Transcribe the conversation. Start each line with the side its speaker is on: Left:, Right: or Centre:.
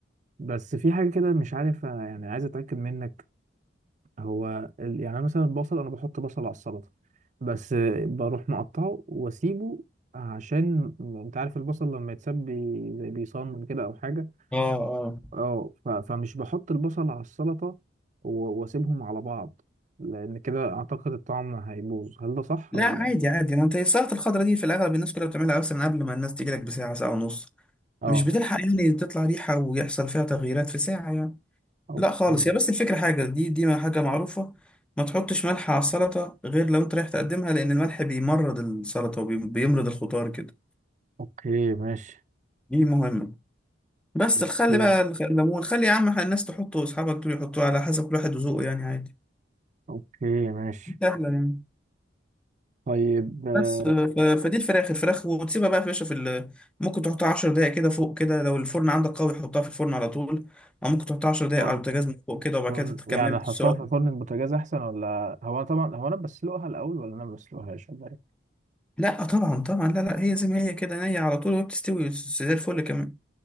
Right: بس في حاجه كده مش عارف آه، يعني عايز اتاكد منك هو ال- يعني أنا مثلا البصل انا بحط بصل على السلطه بس آه، بروح مقطعه واسيبه عشان انت عارف البصل لما يتساب بي- زي بيصان كده او حاجه
Centre: اه اه
Right: اه ف- فمش بحط البصل على السلطه و- واسيبهم على بعض لان كده اعتقد الطعم هيبوظ هل ده صح
Centre: لا
Right: ولا
Centre: عادي عادي ما انت السلطه الخضراء دي في الاغلب الناس كلها بتعملها مثلا قبل ما الناس تيجي لك بساعه ساعه ونص
Right: اه
Centre: مش بتلحق يعني تطلع ريحه ويحصل فيها تغييرات في ساعه يعني
Right: اوكي
Centre: لا خالص هي بس الفكرة حاجة دي دي ما حاجة معروفة ما تحطش ملح على السلطة غير لو انت رايح تقدمها لأن الملح بيمرض السلطة وبيمرض الخضار كده
Right: اوكي ماشي
Centre: دي مهمة بس
Right: اوكي
Centre: الخل بقى الخ- الليمون خلي يا عم الناس تحطه أصحابك دول يحطوه على حسب كل واحد وذوقه يعني عادي
Right: اوكي ماشي
Centre: دي سهلة يعني
Right: طيب آه،
Centre: بس ف- فدي الفراخ الفراخ وتسيبها بقى يا باشا في ال... ممكن تحطها 10 دقايق كده فوق كده لو الفرن عندك قوي حطها في الفرن على طول أو ممكن تحطها 10 دقايق
Right: فرن
Centre: على البوتاجاز من فوق كده وبعد
Right: فرن
Centre: كده تكملها
Right: يعني احطها
Centre: سوا
Right: في فرن البوتاجاز احسن ولا هو أنا طبعا هو انا بسلقها الاول ولا انا ما بسلقهاش ولا ايه
Centre: لا طبعا طبعا لا لا هي زي ما هي كده نية على طول وبتستوي زي الفل كمان